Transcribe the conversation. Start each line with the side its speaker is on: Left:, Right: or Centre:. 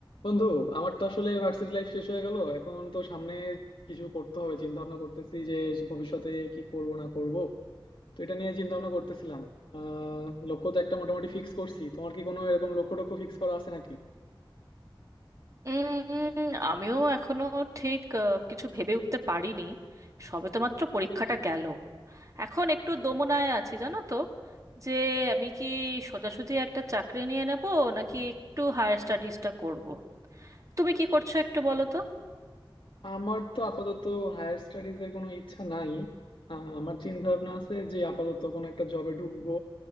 Left: বন্ধু আমার তো আসলে ভার্সিটি লাইফ শেষ হয়ে গেল এখন তো সামনে কিছু করতে হবে চিন্তা ভাবনা করতেছি যে ভবিষ্যতে কি করব না করব তো এটা নিয়ে চিন্তা ভাবনা করতেছিলাম আহ লক্ষ্য তো একটা মোটামুটি ফিক্স করছি তোমার কি কোনো এরকম লক্ষ্য টক্ষ্য ফিক্স করা আছে নাকি
Right: উম, আমিও এখনো ঠিক আহ, কিছু ভেবে উঠতে পারিনি সবে তো মাত্র পরীক্ষাটা গেল এখন একটু দোমনায় আছি জানো তো যে আমি কি সোজাসুজি একটা চাকরি নিয়ে নেব নাকি একটু হায়ার স্টাডিজটা করব। তুমি কি করছো একটু বলো তো
Left: আমার তো আপাতত হায়ার স্টাডিজ এর কোনো ইচ্ছা নাই আহ, আমার চিন্তা ভাবনা আছে যে আপাতত কোনো একটা জবে ঢুকবো